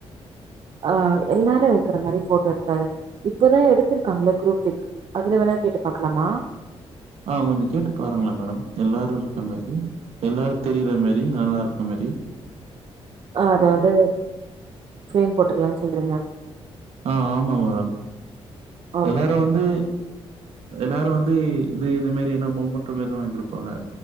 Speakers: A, on the right; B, on the right.
A: அ எல்லாரு இருக்குற மாரி போட்டோ இருக்காது இப்பதா எடுத்துருக்காங்ள குரூப் பிக் அதுல வேணா கேட்டு பாக்லாமா
B: அ கொஞ்ச கேட்டு பாருங்ளே மேடம் எல்லாரு இருக்க மேரி எல்லாரு தெரிய்ற மேரி நல்லா இருக்க மேரி
A: அ அத வந்து ஃப்ரேம் போட்டுற்லான் சொல்றீங்க
B: அ ஆமா மேடம்
A: ஓகே
B: எல்லாரு வந்து எல்லாரு வந்து இது இது மேரி என்னா மோமன்ட்டு வாங்கி குடுப்பாங்க